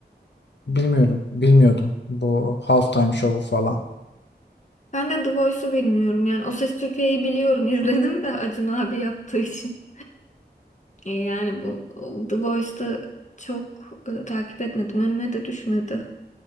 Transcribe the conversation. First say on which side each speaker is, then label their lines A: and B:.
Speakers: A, on the left (about 90°); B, on the left (about 45°).
A: bilmiyorum, bilmiyordum bu halftime show'u falan.
B: Ben de The Voice'u bilmiyorum. Yani O Ses Türkiye'yi biliyorum. <laughs> izledim de Acun abi yaptığı için. Ee, yani bu o The Voice'da çok e, takip etmedim. Önüme de düşmedi.